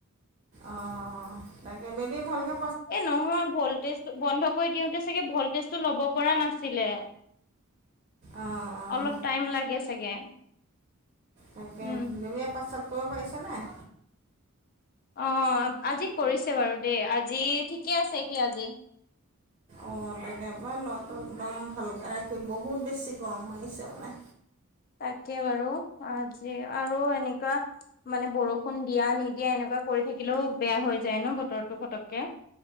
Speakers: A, on the right; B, on the left.
A: অ, ' তাকে বেবি ভালকে
B: এ, নহয় ভল্টেজ, বন্ধ কৰি দিওঁতে। চাগে ভল্টেজ টো ল'ব পৰা নাছিলে।
A: অঁ অঁ
B: অলপ টাইম লাগে চাগে।
A: তাকে
B: উম
A: বেবি, পাশ্চাত কৰিব পাৰিছে নাই।
B: অ। অ', আজি কৰিছে বাৰু দেই আজি ঠিকে আছে সি আজি।
A: অঁ তাকে ল'ৰাটো একদম ভালকৈ ৰাখি বহুত বেছি গৰম মাৰিছে মানে।
B: তাকে বাৰু, আজি আৰু এনেকুৱা মানে বৰষুণ দিয়া নিদিয়া এনেকুৱা কৰি থাকিলেও বেয়া হৈ যায়, ন বতৰটো পটককে।